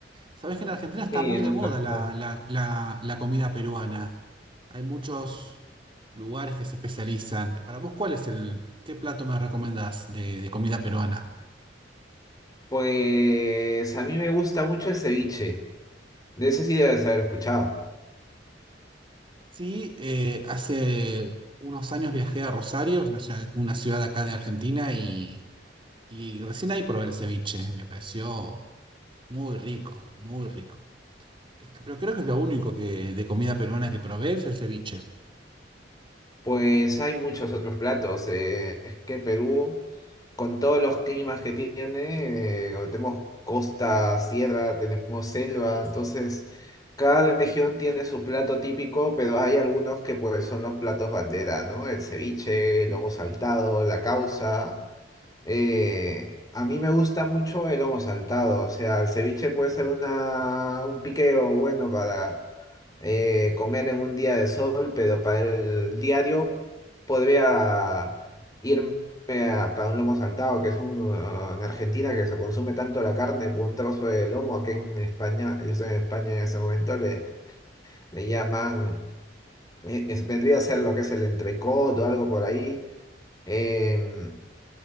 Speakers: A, on the right (about 30°); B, on the left (about 20°).
A: Sabes que en Argentina está
B: Sí,
A: muy
B: en
A: de
B: un
A: moda
B: restaurante.
A: la, la- la- la comida peruana. Hay muchos lugares que se especializan. Para vos, ¿cuál es el, qué plato me recomendás de, de comida peruana?
B: Pues a mí me gusta mucho el ceviche. De ese sí debes haber escuchado.
A: Sí, eh, hace unos años viajé a Rosario, una ciudad una ciudad acá de Argentina, y Y recién ahí probé el ceviche, me pareció muy rico, muy rico. Es que- Pero creo que es lo único que, de comida peruana que probé es el ceviche.
B: Pues hay muchos otros platos. eh, es que Perú, con todos los climas que tiene, eh, tenemos costa, sierra, tenemos selva, entonces cada región tiene su plato típico, pero hay algunos que pues son los platos bandera, ¿no? El ceviche, el lomo saltado, la causa. Eh, a mí me gusta mucho el lomo saltado, o sea, el ceviche puede ser una, un piqueo bueno para eh, comer en un día de sol, pero para el diario podría irme a- para un lomo saltado, que es un, uh, en Argentina que se consume tanto la carne por un trozo de lomo, aquí en España, yo estoy en España en ese momento, le, le llaman, eh, es- vendría a ser lo que es el entrecot o algo por ahí. em,